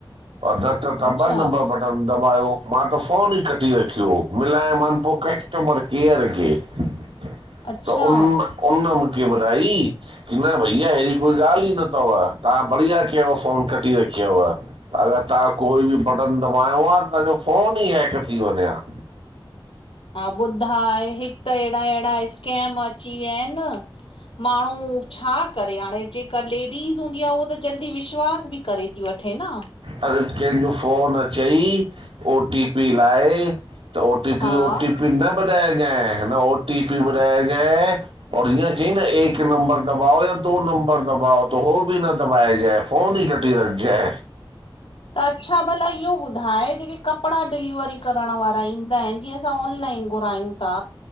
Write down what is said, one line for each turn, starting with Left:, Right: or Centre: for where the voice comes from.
Right: और न त तहां
Left: अच्छा
Right: ॿ नंबर बटन त दॿायो, मां त फ़ोन ई कटी रखियो हो, मिलायमान पो कस्टमर केयर खे। त
Left: अच्छा
Right: उन, उन मूंखे ॿुधाई। की न भईया, अहिड़ी कोई ॻाल्हि ई न थव, तहां बढ़िया कयव फोन कटी रखियव। अगरि तहां कोई बि बटन दॿायो वां त, तहांजो फोन ई हैक थी वञे हा।
Left: हा, ॿुधाए, हिकु त ऐड़ा-ऐड़ा स्कैम अची विया आहिन। हा, माण्हू छा करे! हाणे जेका लेडीस हूंदी आ, उहो त जल्दी विश्वास बि करे थी वठे न।
Right: अरे! कहिंजो फ़ोन अचई, ओ टी पी लाइ। त ओटीपी,
Left: हा
Right: ओटीपी न बधाएजे, न ओटीपी बधाऐजे और इअं चई न एक नंबर दबाओ या दो नंबर दबाओ, त हो बि न दॿाये जऐं। फोन ही कटे रख जए।
Left: त अच्छा भला, इहो ॿुधाए, जेके कपड़ा डिलीवरी करण वारा ईंदा आहिनि, जीअं असां ऑनलाइन घुरायूं? ता